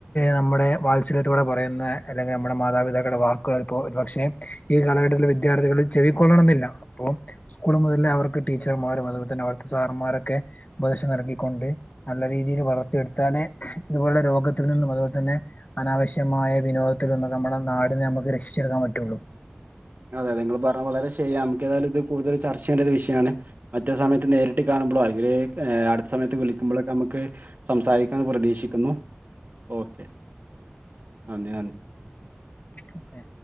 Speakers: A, on the left (about 40°); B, on the right (about 50°).
A: നമ്മുടെ വാത്സല്യത്തോടെ പറയുന്ന, അല്ലെങ്കിൽ നമ്മുടെ മാതാപിതാക്കളുടെ വാക്കുകൾപ്പോ ഒരുപക്ഷെ ഈ കാലഘട്ടത്തിലെ വിദ്യാർത്ഥികളിൽ ചെവിക്കൊള്ളണംന്നില്ല. അപ്പൊ സ്കൂൾ മുതലേ അവർക്ക് ടീച്ചർമാരും അതുപോലെതന്നെ അവിടുത്തെ സാർന്മാരൊക്കെ ഉപദേശം നൽകിക്കൊണ്ട്, നല്ല രീതിയിൽ വളർത്തിയെടുത്താലെ ഇതുപോലുള്ള രോഗത്തിൽ നിന്നും, അതുപോൽതന്നെ അനാവശ്യമായ വിനോദത്തിൽ നമ്മുടെ നാടിനെ നമുക്ക് രക്ഷിച്ചെടുക്കാൻ പറ്റൂള്ളൂ.
B: അതെ അതെ നിങ്ങള് പറഞ്ഞത് വളരെ ശരിയാ നമുക്കേതായാലും ഇത് കൂടുതൽ ചർച്ച ചെയ്യണ്ട ഒരു വിഷയാണ്. മറ്റ് സമയത്ത് നേരിട്ട് കാണുമ്പൊളോ അല്ലെങ്കിൽ അടുത്ത സമയത്ത് വിളിക്കുമ്പളൊക്കെ നമ്മക്ക് സംസാരിക്കാന്ന് പ്രതീക്ഷിക്കുന്നു. ഓക്കെ നന്ദി നന്ദി
A: ഓക്കെ